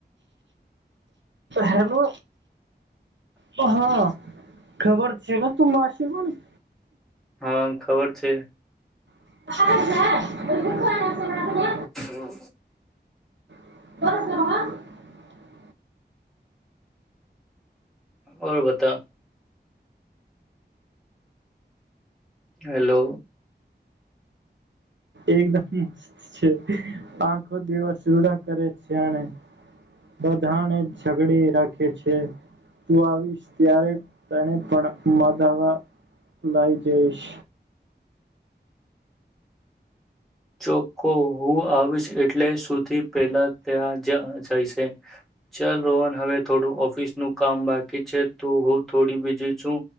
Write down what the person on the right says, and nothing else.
હેલો હા ખબર છે ને તું માસીમાંની
<unintelligible>
<unintelligible>
એકદમ મસ્ત છે આખો દવાસૂડા કરે છે અને બધાને ઝઘડી રાખે છે તું આવીશ ત્યારે તને પણ મધાવા લઈ જઈશ